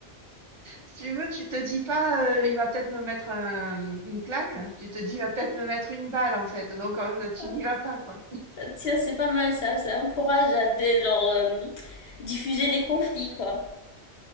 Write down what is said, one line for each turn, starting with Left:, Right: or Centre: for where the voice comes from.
Right: Si tu veux, tu te dis pas, euh, il va peut-être me mettre un- une claque. Tu te dis, il va peut-être me mettre une balle en fait. Donc, euh, tu
Left: Ah,
Right: n'y vas pas quoi.
Left: Tiens, c'est pas mal ça, ça encourage à des, genre, euh, diffuser les conflits, quoi.